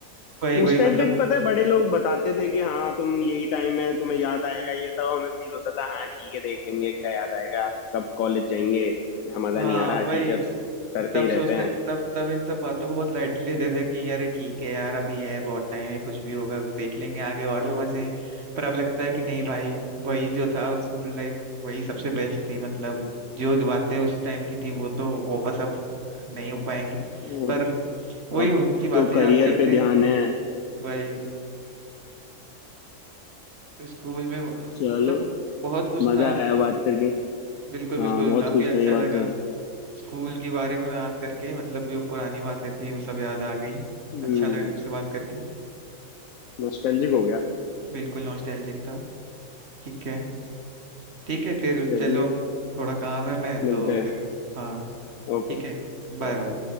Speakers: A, on the right (about 50°); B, on the left (about 75°).
A: वही वही
B: उस टाइम
A: मतलब
B: पे भी पता है बड़े लोग बताते थे कि हाँ तुम यही टाइम है तुम्हें याद आएगा ये तब हमें फील होता था हाँ ठीक है देख लेंगे क्या याद आएगा कब कॉलेज जाएंगे यहाँ मजा
A: हाँ
B: नहीं आ रहा
A: वही
B: टीचर्स सर
A: तब
B: पे ही
A: सोचते
B: रहते हैं
A: तब तब इन सब बातों को बहुत लाइटली लेते थे कि अरे ठीक है यार अभी है बहुत टाइम है कुछ भी होगा देख लेंगे आगे और भी मजे हैं पर अब लगता है कि नहीं भाई वही जो था स्कूल लाइफ वही सबसे बेस्ट थी मतलब जो जो बातें उस टाइम की थी वो तो वापस अब नहीं हो पाएंगी
B: और
A: पर वही
B: अब
A: उनकी बातें
B: तो करियर
A: याद करते
B: पे ध्यान
A: हैं
B: है
A: भाई तो स्कूल में वो- मतलब
B: चलो
A: बहुत कुछ
B: मजा
A: था मतलब
B: आया बात करके
A: बिल्कुल
B: हाँ
A: बिल्कुल
B: बहुत
A: काफी
B: कुछ
A: अच्छा
B: था ये
A: लगा
B: बात तो है
A: स्कूल के बारे में याद करके मतलब जो पुरानी बातें थी वो सब याद आ गई
B: हम्म
A: अच्छा लगा आपसे बात करके
B: नॉस्टैल्जिक हो गया
A: बिल्कुल नॉस्टैल्जिक था ठीक है ठीक है फिर
B: चलिए
A: चलो थोड़ा काम है मैं तो
B: मिलते हैं
A: फिर हाँ
B: ओके
A: ठीक है Bye
B: ओके
A: bye